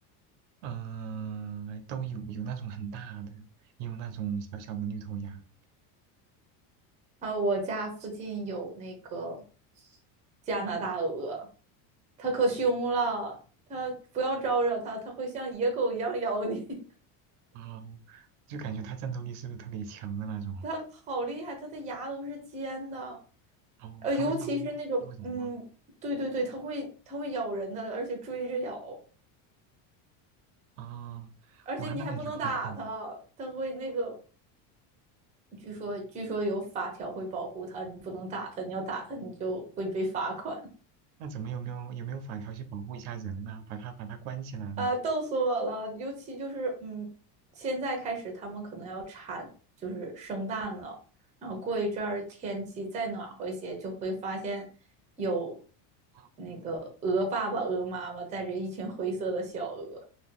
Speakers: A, on the right; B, on the right.
A: 嗯，都有，有那种很大的，也有那种小小的绿头鸭。
B: 啊，我家附近有那个加拿大鹅，它可凶了，它不要招惹它，它会像野狗一样咬你。
A: 哦，就感觉它战斗力是不是特别强的那种？
B: <laughs> 它好厉害，它的牙都是尖的，
A: 哦，
B: 呃，
A: 它会刀，
B: 尤其是那种嗯，
A: 它会怎么吗？
B: 对对对，它会它会咬人的，而且追着咬。
A: 啊、
B: 而且你还不能打他，
A: 哇，那感觉好恐怖。
B: 他会那个，据说据说有法条会保护他，你不能打他，你要打他你就会被罚款。
A: 嗯那怎么有没有有没有法条去保护一下人啊？把它把它关起来吗？
B: 呃，逗死我了！尤其就是，嗯，现在开始他们可能要产，就是生蛋了。然后过一阵儿天气再暖和一些，就会发现有
A: 啊
B: 那个鹅爸爸、鹅妈妈带着一群灰色的小鹅